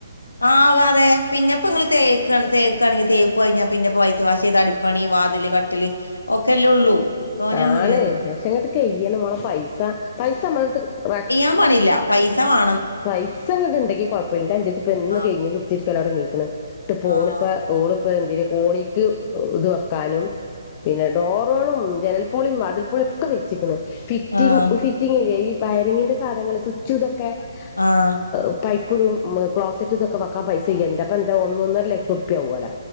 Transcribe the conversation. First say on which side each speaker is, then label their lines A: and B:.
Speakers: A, on the left; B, on the left.
A: ആകാതേ പിന്നെപ്പ്ങ്ങള് തേക്കാണ് തേക്ക് ക്കാണെങ്കെ തേപ്പ് കഴിഞ്ഞാപിന്നെ പ്ന്നെ വൈറ്റ് വാഷെയ്താ.. അടിപ്പണി വാതില് കട്ടില് ഒക്കല്ലെ ഉള്ളൂ തോനെയൊന്നുല്ലല്ലോ
B: ആണ് അഷെങ്ങട് കയ്യണമോളെ പൈസ പൈസമ്മളട്ത് വെ
A: <unintelligible> പില്ല പൈസ വാ
B: പൈസങ്ങട്ണ്ടെങ്കി കൊഴപ്പന്റെഞ്ചത്തി പ്പെന്ന്
A: ആഹ്
B: കയ്ഞ് കുത്തിരിക്കലൊട്ങ്ങീക്ക്ണ്ട്ട്പോള്പ്പ
A: ആഹ്
B: ഓള് ഇപ്പതെന്തിന് കോണിക്ക് ഒ.. ത് വെക്കാനും പിന്നെ ഡോറോളൊന്നും ജനൽപൊളീം, വാതിൽപൊളിയൊക്കെ വെച്ച്ക്ക്ണ് ഫിറ്റിങ്
A: ആഹ്
B: ഫിറ്റിങ്ങില്ലേ ഈ.. വയറിങ്ങിന്റെ സാധങ്ങള് സ്വിച്ചുതൊക്കെ
A: ആഹ്
B: അ.. പൈ ഇപ്പൊന്നും മ്... ക്ളോസറ്റുതൊക്ക വെക്കാൻ പൈസയ്യാഞ്ഞിട്ടാ.. അപ്പന്താ. ഒന്നൊന്നരലക്ഷറുപ്പിയാവോലാ